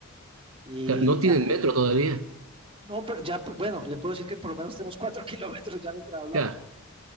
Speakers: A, on the right; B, on the right.
A: Y
B: Claro, no tienen
A: ah,
B: metro todavía.
A: no, pero ya, bueno, le puedo decir que por lo menos tenemos cuatro <laughs> kilómetros ya mientras hablamos.
B: Claro,